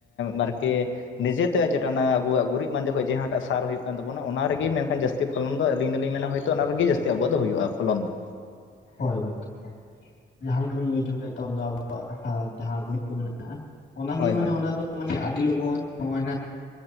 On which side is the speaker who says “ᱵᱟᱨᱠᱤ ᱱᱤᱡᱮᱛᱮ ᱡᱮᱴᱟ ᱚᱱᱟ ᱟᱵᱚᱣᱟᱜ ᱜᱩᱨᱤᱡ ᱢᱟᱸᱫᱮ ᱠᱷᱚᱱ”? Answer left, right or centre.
Left